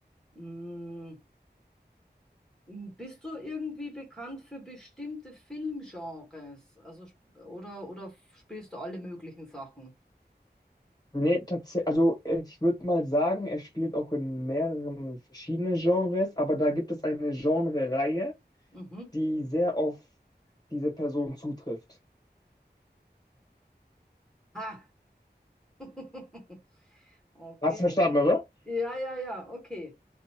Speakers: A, in the centre; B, on the left (about 20°).
A: Mm, bist du irgendwie bekannt für bestimmte Filmgenres? Also sp- oder, oder spielst du alle möglichen Sachen?
B: Nee, tatsächlich, also ich würde mal sagen, er spielt auch in mehreren verschiedenen Genres, aber da
A: Mhm.
B: gibt es eine Genre-Reihe,
A: Mhm.
B: die sehr auf diese Person zutrifft.
A: Ha! <laughs> Okay,
B: Hast du verstanden,
A: eine.
B: oder?
A: Ja, ja, ja, okay.